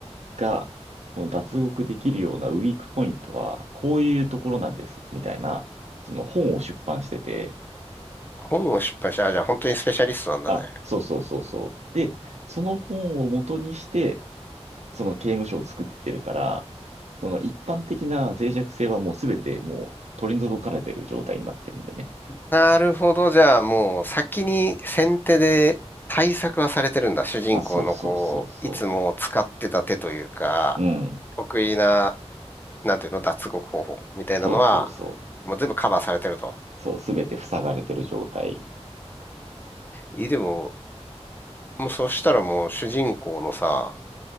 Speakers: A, on the right; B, on the left.
A: が、その脱獄できるようなウィークポイントは、こういうところなんです、みたいな、その本を出版してて、
B: 本を出版した。あ、じゃあ本当にスペシャリストなんだね。
A: あ、そうそうそうそう。で、その本を元にして、その刑務所を作ってるから、その一般的な脆弱性はもうすべてもう取り除かれてる状態になってるんでね。
B: なるほど。じゃあもう先に先手で対策はされてるんだ。主人公のこう、
A: あ、そうそうそうそ
B: いつも使ってた手というか、
A: う。うん。
B: 得意な、なんていうの、脱獄方法みたいなのは、
A: そうそうそう。
B: もう全部カバーされてると。
A: そう、すべて塞がれてる状態
B: え、でも、もうそしたらもう主人公のさ、